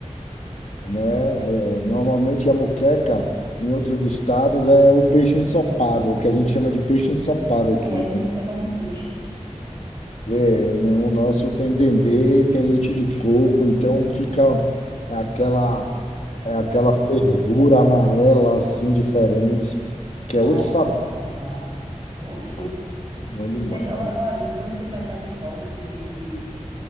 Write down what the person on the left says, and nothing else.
né? É, normalmente a moqueca em outros estados é o peixe ensopado, o que a gente chama de peixe ensopado aqui,
né?
É, não, o nosso tem dendê, tem leite de coco, então fica aquela
é
aquela
fervura amarela assim diferente, que é
outro
sabor.
Ah, bom demais.